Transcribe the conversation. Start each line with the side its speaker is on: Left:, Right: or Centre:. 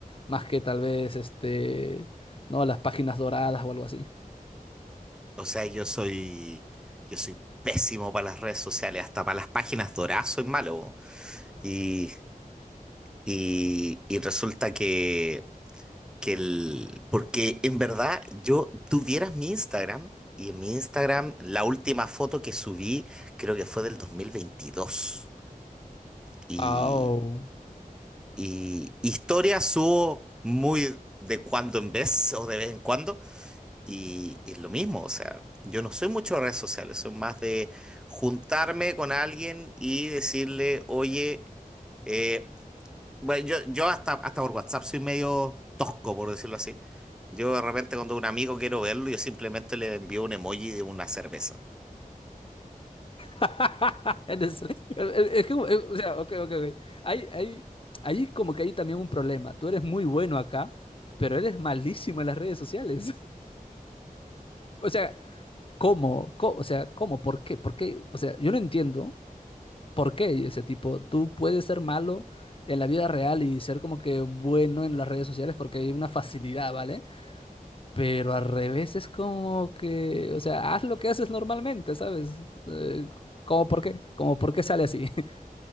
Left: más que tal vez, este, no, las páginas doradas o algo así.
Centre: O sea, yo soy, yo soy pésimo para las redes sociales, hasta para las páginas doradas soy malo. bo. Y, y, y resulta que, que el, porque en verdad yo, tú vieras mi Instagram y en mi Instagram la última foto que subí creo que fue del dos mil veintidós Y,
Left: ¡Ah!
Centre: y historias subo muy de cuando en vez o de vez en cuando, Y es lo mismo, o sea, yo no soy mucho de redes sociales, soy más de juntarme con alguien y decirle, oye, eh, bueno, yo, yo hasta, hasta por WhatsApp soy medio tosco, por decirlo así. Yo de repente cuando un amigo quiero verlo, yo simplemente le envío un emoji de una cerveza.
Left: <laughs> Eres- Es que, eh, o sea, ok, ok, ok. Hay, hay, hay como que hay también un problema. Tú eres muy bueno acá, pero eres malísimo en las redes sociales. <laughs> O sea, ¿cómo? Co- O sea, ¿cómo? ¿Por qué? ¿Por qué? O sea, yo no entiendo por qué ese tipo. Tú puedes ser malo en la vida real y ser como que bueno en las redes sociales porque hay una facilidad, ¿vale? Pero al revés es como que, o sea, haz lo que haces normalmente, ¿sabes? Eh, ¿cómo por qué? ¿Cómo por qué sale así? <laughs>